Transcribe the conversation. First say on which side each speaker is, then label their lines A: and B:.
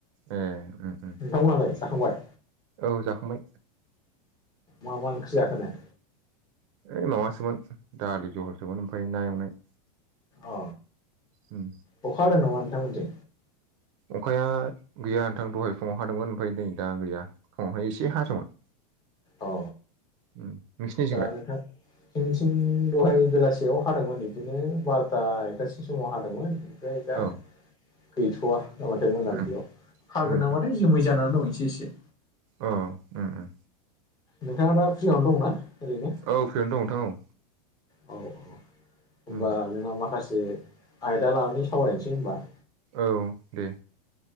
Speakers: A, on the right; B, on the left.
A: ए नोंथा।
B: नोंथांमोनहालाय नालाय जाखांबाय?
A: औ जाखांबाय।
B: मा मा ओंख्रि जाखोननो।
A: ओइ माबासोमोन दालि जहलसोमोन ओमफ्राय ना एवनाय।
B: अ
A: उम
B: अखा हादों नामा नोंथांमोनजों?
A: अखाया गैया नोंथां दहाय फुङाव हादोंमोन ओमफ्राय नै दा गैया फुङावहाय एसे हादोंमोन।
B: अ
A: उम नोंसिनिजोंलाय
B: दा नोंथां जों थिं दहाय बेलासेयाव हादोंमोन बिदिनो बार'था एकथासो समाव हादोंमोन। ओमफ्राय दा
A: औ
B: गैथ'वा। ना माथाय मोनाबिलियाव
A: उम
B: हागोन
A: उम
B: नाम माथाय जोमै जानानै दं एसे एसे।
A: अ ओं ओं
B: नोंथाङा दा फ्रियावनो दंना ओरैनो।
A: औ फ्रियावनो दं नोंथां औ।
B: औ होनबा
A: उम
B: नोंहा माखासे आयदा लानानै सावरायनोसै होनबा।
A: औ दे।